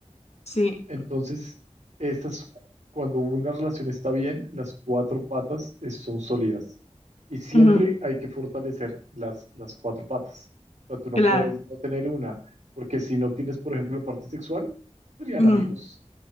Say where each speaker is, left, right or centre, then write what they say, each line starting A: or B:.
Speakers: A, on the left; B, on the right.
A: sí,
B: Entonces, esas, cuando una relación está bien, las cuatro patas es- son sólidas. Y siempre
A: ujú,
B: hay que fortalecer las, las cuatro patas. O sea, tú no
A: claro.
B: puedes no tener una, porque si no tienes, por ejemplo, la parte sexual, serían
A: ujú,
B: amigos,